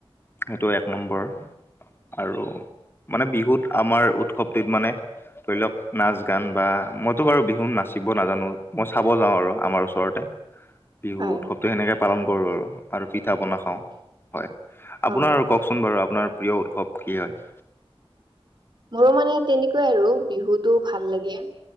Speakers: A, on the left; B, on the right.
A: সেইটো এক নম্বৰ আৰু মানে বিহুত আমাৰ উৎসৱটিত মানে ধৰি লওক, নাচ-গান বা মইতো বাৰু বিহু নাচিব নাজানো। মই চাব যাওঁ আৰু আমাৰ ওচৰতে। বিহু
B: হয়
A: উৎসৱটো সেনেকে পালন কৰো আৰু। আৰু পিঠা-পনা খাওঁ, হয়। আপোনাৰ
B: অ
A: কওকচোন বাৰু আপোনাৰ প্ৰিয় উৎসৱ কি হয়?
B: মোৰো মানে তেনেকুৱাই আৰু বিহুতটো ভাল লাগে,